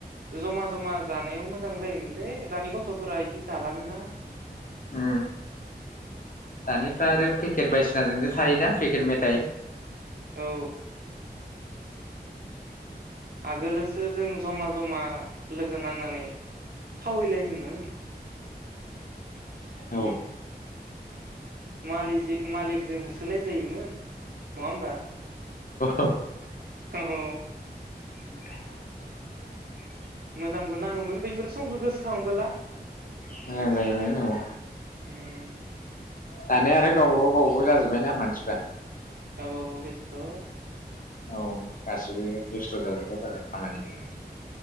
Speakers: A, on the right (about 65°); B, on the left (about 55°).
A: जमा जमा जानायाव मोजां जायोमोनलै दानि गथ'फोरा इदि जाालानोना
B: उम दानिफ्रा आरो पेकेट बायसिनाजोंनो थायोना पेकेट मेथाइ
A: औ आगोलोसो जों जमा जमा लोगो नांनानै खावहैलायोमोन
B: औ
A: उम मालिजो मालिकजों होसो लायजायोमोन नङा होमबा
B: औ
A: <unintelligible> औ
B: <inaudible>
A: मोजांबो नाङोमोन बैफोरो समखौ गोसोखांबोला
B: मोजां जायोमोन औ
A: गावबागाव
B: दानिया आरो गावबागाव गावबागाव जाजोब्बायना मानसिफ्रा।
A: गाबागाव बेसथ'
B: औ गासिबो बेस्थ' जाजोबग्रा जाबाय खामानिफ्रा
A: उम